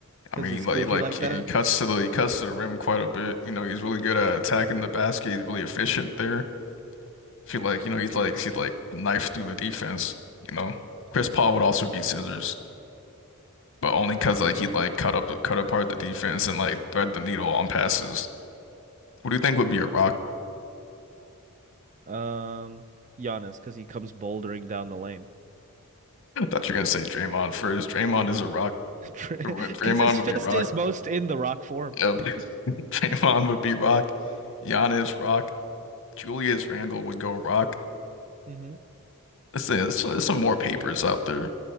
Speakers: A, on the right (about 35°); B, on the left (about 60°).
A: Because
B: I mean,
A: he's
B: he like
A: goofy
B: he, like
A: like
B: he
A: that.
B: cuts to the he cuts to the rim quite a bit. You know, he's really good at attacking the basket. He's really efficient there. I feel like you know he's like he's like knife through the defense. You know, Chris Paul would also be scissors. but only because like he like cut up cut apart the defense and like thread the needle on passes. What do you think would be a rock?
A: Um, Giannis, because he comes bouldering down the lane.
B: I thought you were gonna say Draymond first. Draymond is a rock.
A: <laughs> Because
B: Draymond
A: his fist
B: would be rock.
A: is most in the rock form.
B: Yep.
A: <laughs>
B: <laughs> Draymond would be rock. Giannis rock. Julius Randle would go rock.
A: Mm-hmm.
B: Let's say there's, there's some more papers out there.